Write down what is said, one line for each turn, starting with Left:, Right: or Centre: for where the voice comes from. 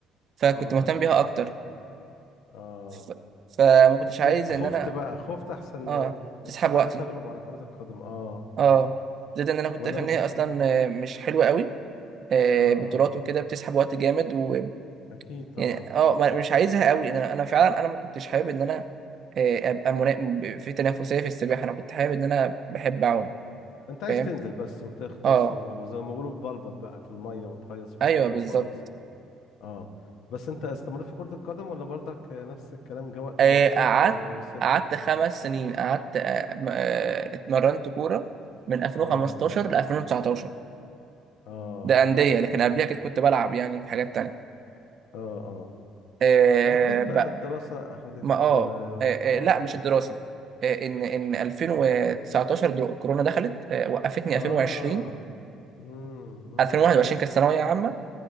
Right: فكنت
Left: اه
Right: مهتم
Left: اه
Right: بيها اكتر
Left: اه
Right: ف... فما كنتش
Left: اتليك
Right: عايز
Left: خفت
Right: ان انا
Left: بقى خفت احسن
Right: اه تسحب
Left: السباحة
Right: وقتي
Left: تغلب على كرة القدم اه
Right: اه زائد ان انا كنت
Left: ولا
Right: شايف ان
Left: لك
Right: هي اصلا آه، مش حلوه قوي آه،
Left: اه
Right: بطولات وكده بتسحب وقت جامد و
Left: اكيد طبعا
Right: يعني اه ما- مش عايزها قوي انا انا فعلا انا ما كنتش حابب ان انا آه، ابقى منا... في تنافسيه في السباحه انا كنت حابب ان انا بحب اعوم
Left: انت عايز
Right: فاهم
Left: تنزل بس وتغطس
Right: اه
Left: وزي ما بيقولوا بلبط بقى في المية وتهيص في
Right: ايوه
Left: المية
Right: بالظبط
Left: وخلاص اه بس انت استمريت في كرة القدم ولا برضك نفس الكلام جه وقت
Right: آه،
Left: معين
Right: قعدت
Left: و... وسبته
Right: قعدت خمس سنين قعدت آه، م- آه، اتمرنت كوره من 2015
Left: اه اه
Right: ل 2019
Left: اه
Right: ده انديه
Left: اه
Right: لكن قبلها كنت كنت بلعب يعني في حاجات تانية
Left: اه اه
Right: آه،
Left: ما اكيد بقى الدراسة اخذتك
Right: ما اه
Left: و... و...
Right: آه، آه،
Left: اه
Right: لا مش الدراسه آه، ان ان 2019
Left: اه
Right: در- كورونا دخلت آه، وقفتني
Left: اه
Right: 2020
Left: امم امم
Right: 2021 كانت ثانويه عامه